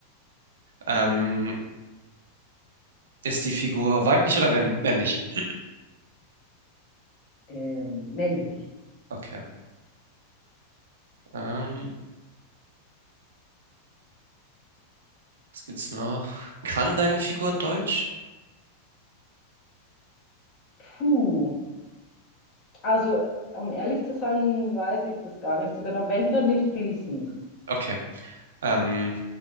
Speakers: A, on the right; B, on the left.
A: Ähm, ist die Figur weiblich oder wenn, männlich? <clears throat>
B: Ähm, männlich.
A: Okay. Ähm, was gibt's noch? Kann deine Figur Deutsch?
B: Puh. Also, um ehrlich zu sein, weiß ich das gar nicht so genau. Wenn dann nicht fließend.
A: Okay. Ähm,